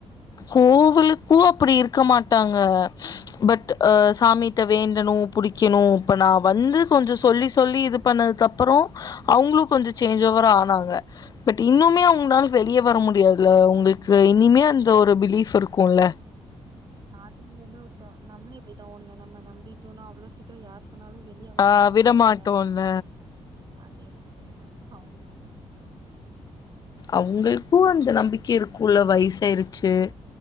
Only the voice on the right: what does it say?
நாட்டுங்கையில விட்டோ நம்மளு இப்டித்தா ஒண்ண நம்ம நம்பிட்டோன்னா அவ்ளோ சீக்கிர யார் சொன்னாலு வெளிய வரமாட்டோல்ல
அதே மாதிரிதா அவங்களுக்கு